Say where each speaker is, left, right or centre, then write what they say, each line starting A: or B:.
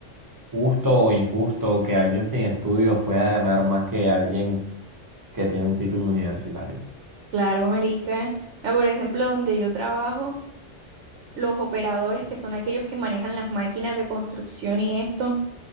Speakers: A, on the right; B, on the right.
A: justo o injusto que alguien sin estudios pueda ganar más que alguien que tiene un título universitario?
B: Claro, marica. Ah, Por ejemplo, donde yo trabajo, los operadores, que son aquellos que manejan las máquinas de construcción y esto,